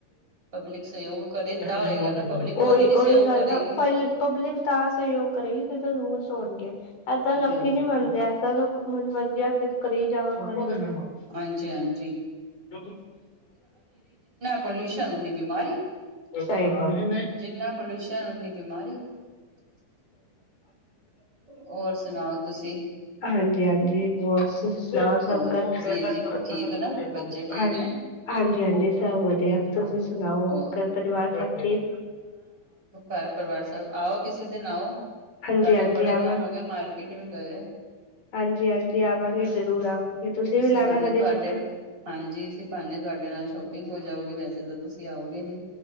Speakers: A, on the right; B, on the left.
A: ਪਬਲਿਕ ਸਹਿਯੋਗ ਕਰੇ ਤਾਂ ਹੋਏਗਾ
B: <unintelligible>
A: ਨਾ ਪਬਲਿਕ
B: ਓਹੀ-ਓਹੀ
A: ਖੁਦ ਹੀ ਨਹੀਂ ਸਹਿਯੋਗ
B: ਗੱਲ
A: ਕਰੇਗੀ
B: ਹੈ ਪ ਪਬਲਿਕ ਤਾਂ ਸਹਿਯੋਗ ਕਰੇਗੀ ਜਦ ਰੂਲਸ ਹੋਣਗੇ, ਇਏਦਾਂ ਲੋਕੀ
A: ਬਸ
B: ਨੀ ਮੰਨਦੇ, ਇਏਦਾਂ ਮਨ-ਮਰਜ਼ੀ ਆ ਕੇ ਕਰੀ ਜਾਵਾ, ਕਰ
A: ਹਾਂਜੀ-ਹਾਂਜੀ
B: <inaudible>
A: ਪੋਲਿਊਸ਼ਨ ਉਨੀ ਬਿਮਾਰੀ
B: ਸਹੀ ਗੱਲ ਹੈ।
A: ਜਿੰਨਾ ਪੋਲਿਊਸ਼ਨ ਉਨੀ ਬਿਮਾਰੀ ਹੋਰ ਸੁਣਾਓ ਤੁਸੀਂ
B: ਹਾਂਜੀ-ਹਾਂਜੀ, ਹੋ ਤੁਸੀਂ ਸੁਣਾਓ, ਸਭ
A: ਹੋਰ
B: ਘਰ ਚ'
A: ਵੀਰ ਜੀ
B: ਵਧੀਆ?
A: ਠੀਕ ਨਾ ਬੱਚੇ ਠੀਕ
B: ਹਾਂਜੀ
A: ਨੇ
B: ਹਾਂਜੀ-ਹਾਂਜੀ, ਸਭ ਵਧੀਆ ਤੁਸੀਂ ਸੁਣਾਓ,
A: ਉਹ
B: ਘਰ-ਪਰਿਵਾਰ ਸਭ ਠੀਕ?
A: ਘਰ-ਪਰਿਵਾਰ ਸਾਹਿਬ ਆਓਕਿਸੇ ਦਿਨ, ਆਓ
B: ਹਾਂਜੀ-ਹਾਂਜੀ
A: ਤੁਡੇ ਨਾਲ ਬੜੇ
B: ਆਵਾਂ
A: ਟਾਈਮ ਹੋ ਗਿਆ ਮਾਰਕੀਟ ਵੀ ਗਏ
B: ਹਾਂਜੀ-ਹਾਂਜੀ, ਆਵਾਂਗੇ ਜ਼ਰੂਰ ਆਵਾਂਗੇ। ਤੁਸੀਂ
A: ਇਸੀ
B: ਵੀ ਲਾਣਾ
A: ਬਹਾਨੇ
B: ਕਦੇ
A: ਤੁਹਾਡੇ
B: ਚੱਕਰ।
A: ਹਾਂਜੀ, ਅਸੀਂ ਪਾਉਂਦੇ। ਤੁਹਾਡੇ ਨਾਲ ਸ਼ੋਪਿੰਗ ਹੋ ਜਾਓਗੀ, ਵੈਸੇ ਤਾਂ ਤੁਸੀਂ ਆਓਗੇ ਨੀ?